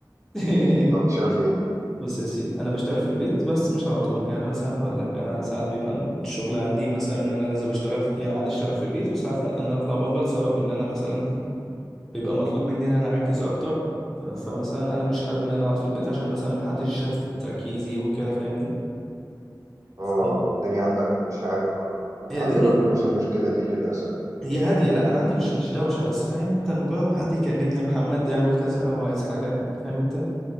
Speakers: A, in the centre; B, on the right.
A: <laughs>
B: طب بتشتغل فين؟
A: بص يا سيدي انا بشتغل في البيت بس مش على طول يعني مثلا هقول لك انا ساعات بيبقى الشغل عندي مثلا ان انا لازم اشتغل في... يعني عادي اشتغل في البيت وساعات لا ان انا اطلع بره لسبب ان انا مثلا بيبقى مطلوب مني ان انا اركز اكتر فمثلا انا مش حابب ان انا اقعد في البيت عشان مثلا محدش يشتت تركيزي وكده فاهمني
B: اه
A: فاهم.
B: الدنيا عندك مش عارف برضو أنا
A: هي
B: عندي
A: الدنيا
B: برضو نفس المشكلة دي للأسف
A: هي هادية لا انا عندي مش مش دوشة بس فاهم انت مجرد ما حد يكلمني يا محمد اعمل كذا او عايز حاجة فاهم انت